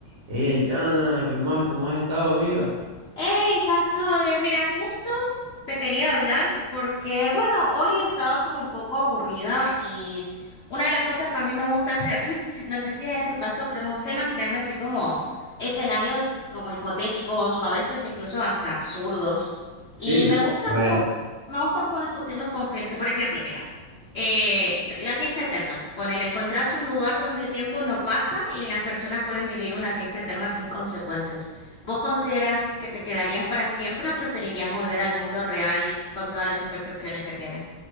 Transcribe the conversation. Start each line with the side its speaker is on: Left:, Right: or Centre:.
Right: Hey, Aitana, ¿qué más? ¿Cómo has estado, amiga?
Left: Eh, exacto, bien. Mira, justo te quería hablar porque, bueno, hoy estaba como un poco aburrida y una de las cosas que a mí me gusta hacer, <laughs> no sé si es tu caso, pero me gusta imaginarme así como escenarios como hipotéticos o a veces incluso hasta absurdos.
Right: Sí,
Left: Y me gusta
Right: A ver,
Left: como, me gusta como discutirlos con gente. Por ejemplo, mira, eh, la fiesta eterna. Ponele, encontrás un lugar donde el tiempo no pasa y las personas pueden vivir una fiesta eterna sin consecuencias. ¿Vos considerás que te quedarías para siempre o preferirías volver al mundo real con todas las imperfecciones que tiene?